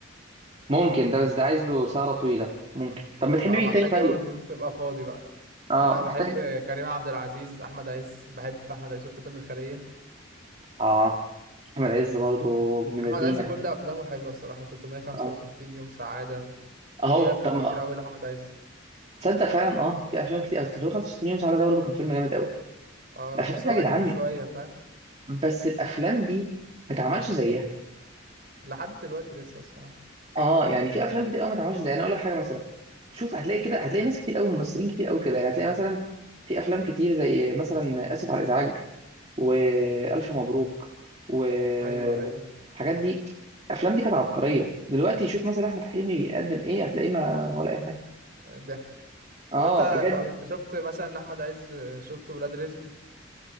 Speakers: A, on the right; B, on the right.
A: ممكن ده بس ده عايز له سهرة طويلة ممكن طب بتحب
B: اه
A: مين
B: محتاج
A: تاني طيب
B: يوم يوم تبقى فاضي بقى
A: اه
B: انا بحب
A: محتاج
B: كريم عبد العزيز احمد عز بحب احمد عز شفت فيلم الخليه
A: اه احمد عز برضه ابن
B: احمد
A: لذينه
B: عز كل افلامه حلوه الصراحه 365
A: اه
B: يوم سعاده
A: اهو
B: وفي افلام
A: طب
B: كتير
A: ما-
B: قوي لاحمد عز
A: تصدق فعلا اه في افلام كتير أصل 365 يوم سعاده ده برضه كان فيلم جامد قوي
B: اه
A: الافلام
B: بس
A: دي
B: هو
A: يا
B: قديم
A: جدعان
B: شويه فاهم
A: بس الافلام دي ما اتعملش زيها
B: لحد دلوقتي لسه الصراحه
A: اه يعني في افلام كتير قوي ما اتعملش زيها انا اقول لك حاجه مثلا شوف هتلاقي كده هتلاقي ناس كتير قوي ممثلين كتير قوي كده يعني هتلاقي مثلا في افلام كتير زي مثلا اسف على الازعاج والف مبروك والحاجات
B: ايوه ايوه
A: دي الافلام دي كانت عبقريه دلوقتي شوف مثلا احمد حلمي بيقدم ايه هتلاقيه ما ولا اي حاجه
B: ضحك
A: اه
B: طب انت
A: بجد
B: بقى انت شفت مثلا لاحمد عز شفت ولاد رزق